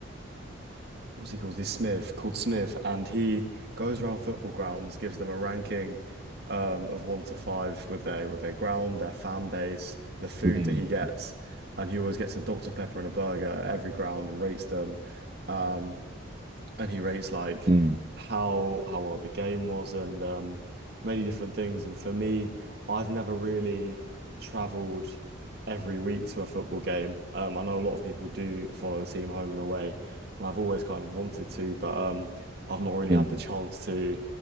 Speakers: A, on the right; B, on the right.
A: what's he called? He's Smith, called Smith, and he goes around football grounds, gives them a ranking, um, of one to five with their with their ground, their fan base, the food
B: Mm,
A: that he gets, and he always gets a Dr. Pepper and a burger at every ground and rates them. Um, and he rates like
B: mm,
A: how how well the game was and um, many different things. And for me, I've never really traveled every week to a football game. Um, I know a lot of people do follow the team home and away, and I've always kind of wanted to, but um, I've not really
B: mm,
A: had the chance to